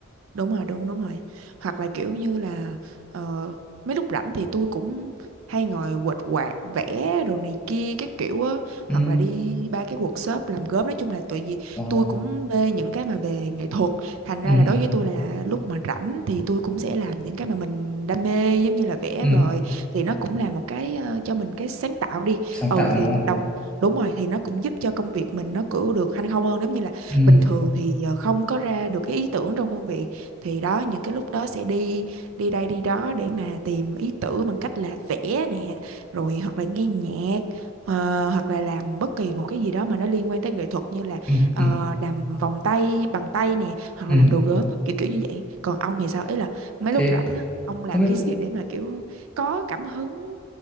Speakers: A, on the right; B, in the centre.
A: đúng rồi đúng đúng rồi hoặc là kiểu như là ờ, mấy lúc rảnh thì tôi cũng hay ngồi quệt quạt vẽ đồ này kia các kiểu á
B: Ừ.
A: hoặc là đi ba cái workshop làm gốm nói chung là tại vì
B: Ờ.
A: tôi cũng mê những cái mà về nghệ thuật thành
B: Ừ.
A: ra là đối với tôi là lúc mà rảnh thì tôi cũng sẽ làm những cái mà mình đam mê giống như là vẽ
B: Ừ.
A: vời thì nó cũng là một cái ờ, cho mình cái sáng tạo đi
B: Sáng
A: ừ
B: tạo
A: thì
B: đúng không?
A: đồng đúng rồi thì nó cũng giúp cho công việc mình nó cứ được hanh không hơn giống như là
B: Ừ.
A: bình thường thì ờ, không có ra được cái ý tưởng trong công việc thì đó những cái lúc đó sẽ đi đi đây đi đó để mà tìm ý tưởng bằng cách là vẽ nè rồi hoặc là nghe nhạc ờ, hoặc là làm bất kỳ một cái gì đó mà nó liên quan tới nghệ thuật như là
B: Ừ.
A: ờ,
B: Ừ.
A: làm vòng tay bằng tay nè hoặc
B: Ừ.
A: là làm đồ gốm á, kiểu kiểu như vậy còn ông thì sao ý là mấy
B: Thế
A: lúc rảnh á ông làm
B: không biết
A: cái gì để mà kiểu có cảm hứng